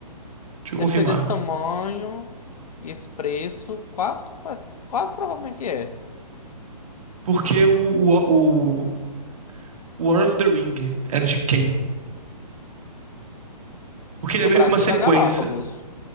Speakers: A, on the right; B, on the left.
A: Deixa eu confirmar.
B: Deve ser desse tamanho e esse preço, quase, compa- quase provavelmente é.
A: Porque o, o, o o War of the Ring era de quem? Porque ele
B: No
A: é meio
B: Brasil,
A: que uma sequência.
B: na Galápagos.